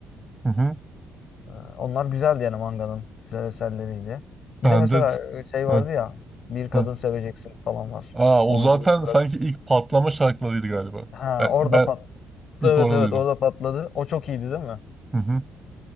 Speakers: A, on the right; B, on the left.
A: hı. hı.
B: Ee, Onlar güzeldi yani manganın. Güzel eserleriydi.
A: Bende...
B: Bir de mesela e, şey vardı
A: Hı.
B: ya Bir Kadın
A: Hı
B: Seveceksin falan var.
A: Aa, o
B: Onun
A: zaten
B: gibi bırak.
A: sanki ilk patlama şarkılarıydı galiba.
B: Ha
A: Ben,
B: orada
A: ben
B: pat.
A: ilk
B: Evet
A: orada
B: evet
A: duydum.
B: orada patladı. O çok iyiydi değil mi?
A: Hı hı.